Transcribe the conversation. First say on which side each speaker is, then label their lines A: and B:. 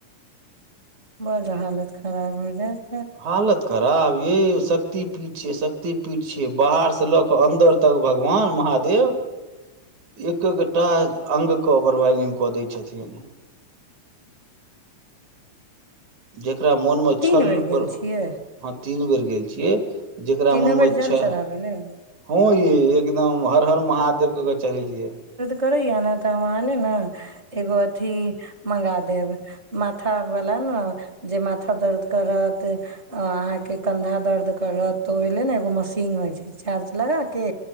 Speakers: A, on the right; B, on the right.
A: बड हालत खराब भ जेत
B: हालत ख करब यौ शक्ति पीठ छियै शक्ति पीठ छियै बाहर से ल क अन्दर तक भगवान महादेव एक-एकग-टा अंग क ओवरवाइलिंग क दैय छथिन जे एककरा मोनमे
A: तीन
B: छल
A: बेर गेल
B: पर
A: छियै
B: तीन बेर गेल छियै जेकरा
A: तीनो
B: मनमे
A: बेर जल
B: छै
A: चढ़ाबै ले
B: हँ य एकदम हर हर महादेव के चढ़ेलियै
A: था क तऽ ओहिले ने एगो मशीन होइ छै चार्ज लगा के